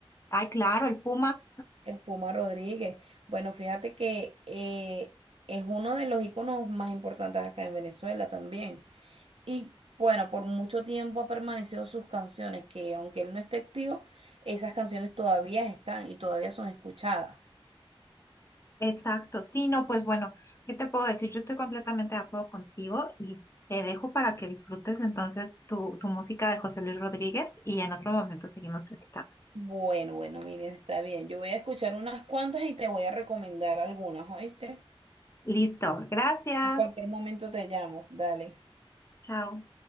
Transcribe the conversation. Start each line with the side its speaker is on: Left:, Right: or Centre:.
Left: Ay, claro, el Puma,
Right: El Puma Rodríguez. Bueno, fíjate que eh, es uno de los íconos más importantes acá en Venezuela también. Y bueno, por mucho tiempo ha permanecido sus canciones, que aunque él no esté activo, esas canciones todavía están y todavía son escuchadas.
Left: exacto. Sí, no, pues bueno, ¿qué te puedo decir? Yo estoy completamente de acuerdo contigo y te dejo para que disfrutes entonces tu, tu música de José Luis Rodríguez y en otro momento seguimos platicando.
Right: Bueno, bueno, miren, está bien. Yo voy a escuchar unas cuantas y te voy a recomendar algunas, ¿oíste?
Left: Listo, gracias.
Right: En cualquier momento te llamo, dale.
Left: Chao.